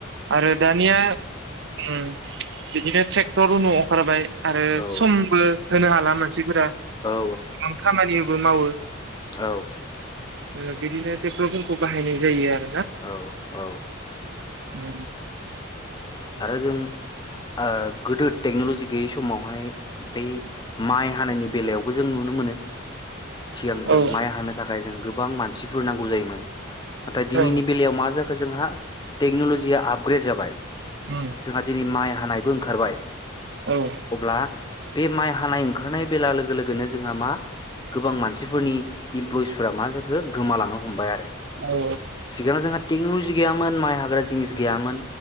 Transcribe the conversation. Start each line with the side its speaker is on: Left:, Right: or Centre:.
Right: आरो दानिया उम बिदिनो ट्रे क्टर अखारबाय आरो
Left: औ
Right: समबो होनो हाला मानसिफोरा
Left: औ
Right: आं खामानिबो मावो। <inaudible>
Left: औ।
Right: उम बिदिनो टेक्टर फोरखौ बाहायनाय जायो आरो
Left: औ औ।
Right: ओम।
Left: आरो जों आ गोदो टेक्न'लजि गैयै समावहाय बै माइ हानायनि बेलायावबो जों नुनो मोनो सिगां
Right: औ
Left: जों माइ हानो थाखाय जों गोबां मानसिफोर नांगौ जायोमोन। नाथाय दिनैनि
Right: औ
Left: बेलायाव मा जा खो जोंहा टेक्न'ल'जिया आपग्रेड जाबाय।
Right: उम
Left: जोंहा दिनै माइ हानायबो ओंखारबाय।
Right: औ
Left: अब्ला बे माइ हानाय ओंखारनाय बेला लोगो लोगोनो जोंहा मा गोबां मानसिफोरनि इमप्लयिस फोरा मा जाखो गोमालांनो हमबाय आरो।
Right: औ
Left: सिगां जोंहा टेक्नलजि गैयामोन माइ हाग्रा जिनिस गैयामोन